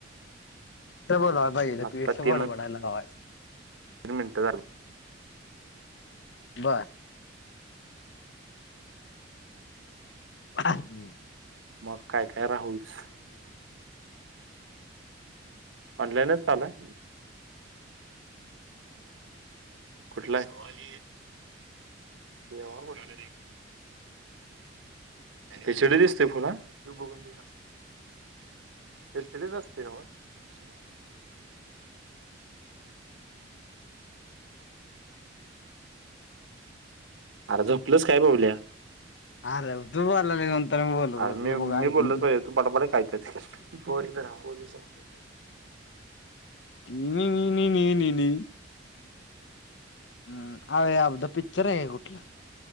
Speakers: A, on the left (about 65°); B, on the right (about 85°).
A: बोलाई
B: आत्ता
A: प
B: तीन
A: बड बडालावा
B: तीन मिनिटं झाली
A: बर हम्
B: मग काय काय राहुलच ऑनलाईनच चालय कुठलावाल यावष्ट एचडी दिसते फुन बघून दि ते तच असते ना म अर झपलच काय पाबल्या
A: अरे तू बोलला नाही नंतर मी बोलू
B: अरे मी मी
A: बघा नि
B: बोललच पाहिजे तू बडाबड कायत बोललीस
A: तन न नि हम्म आ बा पिक्चर आहे कुठलं